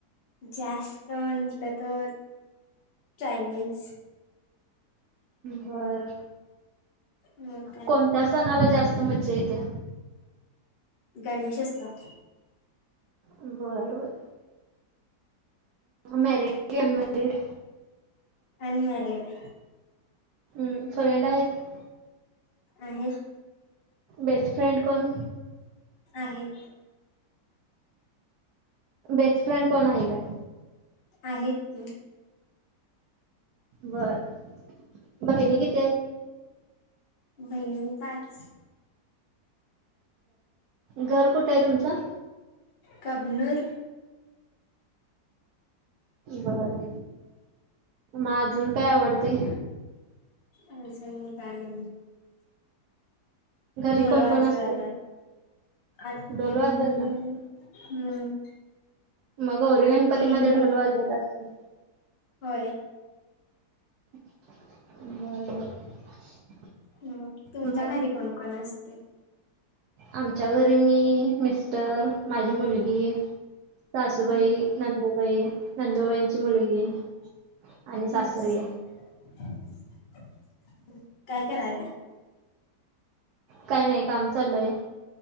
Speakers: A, on the left; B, on the right.
A: जास्त म्हटलं तर चायनीज.
B: बर
A: मग काय
B: कोणत्या
A: नाही.
B: सणाला जास्त मज्जा येत्या?
A: गणेश उत्सवात.
B: बरं बरं. मॅरिड की अनमॅरिड.
A: अनमॅरीड.
B: हम्म. फ्रेंड आहेत.
A: आहे.
B: बेस्टफ्रेंड कोण?
A: आहे.
B: बेस्ट फ्रेड कोण आहे काय?
A: आहेत की.
B: बरं बहिणी किती आहे?
A: बहिणी पाच.
B: घर कुठे आहे तुमचं?
A: कबनुर.
B: बरं मग अजून काय आवडते?
A: आज काय.
B: घरी
A: ढोल
B: कोण
A: वाजवायला
B: कोण असते
A: <unintelligible>
B: ढोल वाजवायला
A: हम्म.
B: मग गौरी
A: आत्ती
B: गणपती मध्ये
A: मी
B: ढोल वाजवत्यास अस
A: होय.
B: बर बर.
A: मग तुमच्या
B: मग
A: घरी कोणकोण असतंय?
B: आमच्या घरी मी मिस्टर माझी मुलगी. सासूबाई,
A: हम्म
B: नंदुबाई, नंदुबाईंची मुलगी. आणि सासरे
A: हम्म
B: आहे.
A: काय करायला लागलाय?
B: काय नाही, काम चालू हाय.